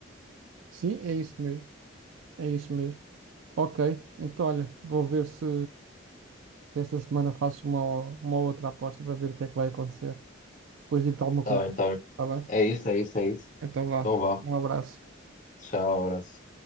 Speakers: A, on the right; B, on the left.
A: Sim, é isso mesmo. É isso mesmo. Ok, então olha, vou ver se, se esta semana faço uma, uma outra aposta para ver o que é que vai acontecer. Depois digo-te alguma
B: Está
A: coisa.
B: bem, está bem.
A: Está bem?
B: É isso, é isso, é isso.
A: Então vá.
B: Então vá.
A: Um abraço.
B: Tchau, abraço.